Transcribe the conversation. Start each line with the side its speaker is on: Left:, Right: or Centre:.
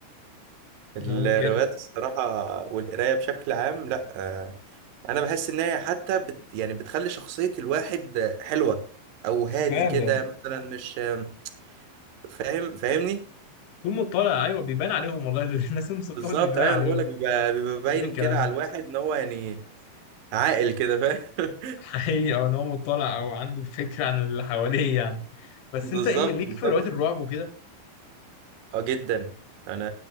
Left: ان
Right: الروايات
Left: هو بجد
Right: الصراحة والقراية بشكل عام لا آه، انا بحس ان هي حتى بت يعني بتخلي شخصية الواحد آه، حلوة او هادي
Left: فعلا
Right: كده مثلا مش آه، فاهم فاهمني
Left: يوم مطلع ايوه بيبان عليهم والله <laughs> الناس المثقفه
Right: بالظبط
Left: دي بيبان
Right: ايوه
Left: عليهم
Right: بقول لك بيبقى بيبقى باين
Left: ده الكلام
Right: كده على الواحد ان هو يعني عاقل كده فاهم
Left: حقيقي أه، ان هو مطلع او عنده فكره عن اللي حواليه يعني بس
Right: <laughs> بالظبط
Left: انت ايه ليك
Right: بالظبط
Left: في روايات الرعب وكده
Right: اه جدا انا